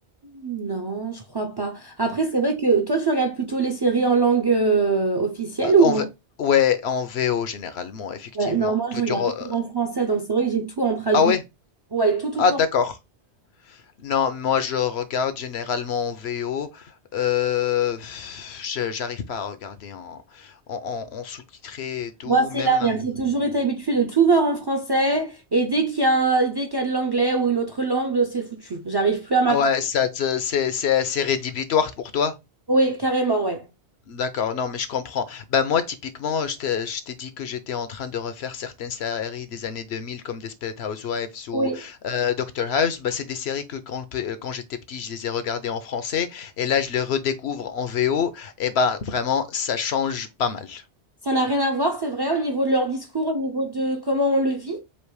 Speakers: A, on the right; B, on the left.
A: non, je crois pas. Après, c'est vrai que toi, tu regardes plutôt les séries en langue euh, officielle
B: Euh,
A: ou...
B: en V-
A: en-
B: Ouais, en VO généralement, effectivement.
A: Ouais, non, moi,
B: Toi,
A: je regarde
B: tu re-
A: toujours
B: euh,
A: en français, donc c'est vrai que j'ai tout en traduit.
B: Ah ouais?
A: Ouais, tout, tout,
B: Ah
A: tout.
B: d'accord. Non, moi je regarde généralement en VO. Euh... pff, je- J'arrive pas à regarder en, en, en- en sous-titré et tout,
A: Moi,
B: même.
A: c'est l'inverse.
B: euh,
A: J'ai toujours été habituée de tout voir en français et dès qu'il y a un- dès qu'il y a de l'anglais ou une autre langue, c'est foutu. J'arrive plus à m'accrocher.
B: Ouais, ça te- c'est c'est assez rédhibitoire pour toi?
A: Oui, carrément, ouais.
B: D'accord, non, mais je comprends. Ben moi, typiquement, je t'ai je t'ai dit que j'étais en train de refaire certaines séries des années 2000, comme Desperate Housewives ou
A: Oui.
B: euh, Doctor House. Ben, c'est des séries que quand, pe- euh, quand j'étais petit, je les ai regardées en français et là, je les redécouvre en VO. Et ben vraiment, ça change pas mal.
A: Ça n'a rien à voir, c'est vrai, au niveau de leur discours, au niveau de comment on le vit.